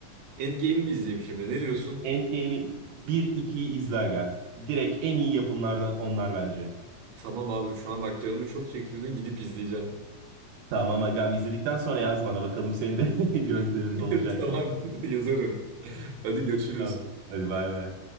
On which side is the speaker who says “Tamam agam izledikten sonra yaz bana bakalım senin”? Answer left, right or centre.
Right